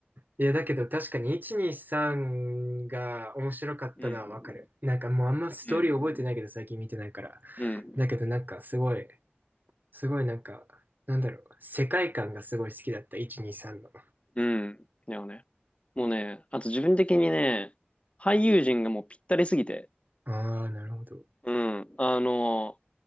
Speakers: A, on the right; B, on the left.
A: いや、だけど確かに1、2、3が面白かったのはわかる。
B: う。うん、
A: なんかもうあんまストーリー覚えてないけど、
B: うん、
A: 最近見てないから。
B: うん、
A: だけどなんかすごい、すごいなんか、なんだろう、世界観がすごい好きだった、1、2、3の。
B: うん。だよね。もうね、あと自分的にね、俳優陣がもうぴったりすぎて。
A: ああ、なるほど。
B: うん。あの、